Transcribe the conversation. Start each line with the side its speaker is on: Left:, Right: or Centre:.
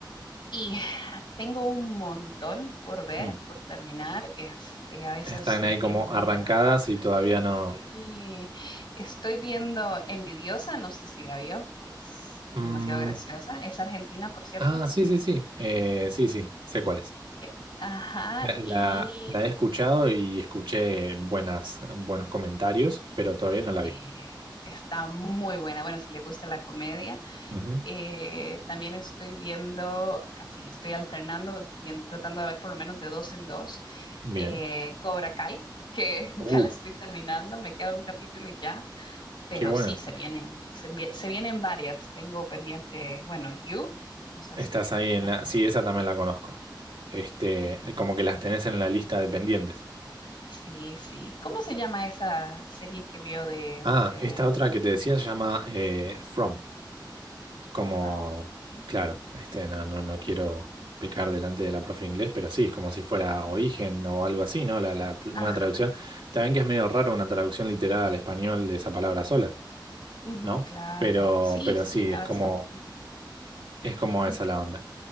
Left: Y <sighs> tengo un montón por ver,
Right: Mm.
Left: por terminar. Este, a veces
Right: Están
Left: el
Right: ahí como
Left: tiempo
Right: arrancadas
Left: no me da.
Right: y todavía no.
Left: Sí, estoy viendo Envidiosa, no sé si la vio, que es demasiado
Right: Mm,
Left: graciosa. Es argentina, por cierto.
Right: Ah, sí, sí, sí. Eh, sí, sí, sé cuál es.
Left: Eh, Ajá,
Right: La, la-
Left: y
Right: la he escuchado y escuché buenas, buenos comentarios, pero todavía no la
Left: eh,
Right: vi.
Left: está muy buena. Bueno, si le gusta la comedia.
Right: Ujú.
Left: Eh, también estoy viendo, así, estoy alternando, bien- tratando de ver por lo menos de dos en dos,
Right: Bien.
Left: eh, Cobra Kai, que <laughs>
Right: Uh,
Left: ya la estoy terminando, me queda un capítulo y ya. Pero
Right: qué bueno.
Left: sí, se vienen, se, envi- se vienen varias. Tengo pendiente, bueno, You, no sé
Right: Estás
Left: si,
Right: ahí
Left: si
Right: en
Left: la
Right: la.
Left: conoces.
Right: Sí, esa también la conozco. Este,
Left: Eh,
Right: como que las tenés en la lista de pendientes.
Left: sí, sí. ¿Cómo se llama esa serie que vio de,
Right: Ah,
Left: de
Right: esta otra que te decía se llama eh, From. como,
Left: From? Mm,
Right: claro, este, no, no, no quiero pecar delante de la profe de inglés, pero sí, es como si fuera origen o algo así, ¿no? La, la- una
Left: ajá,
Right: traducción. También que es medio raro una traducción literal al español de esa palabra sola,
Left: Ujú,
Right: ¿no?
Left: claro.
Right: Pero,
Left: Sí,
Right: pero
Left: sí,
Right: sí,
Left: a
Right: es
Left: veces
Right: como,
Left: tiene sentido.
Right: es como esa
Left: Ujú.
Right: la onda.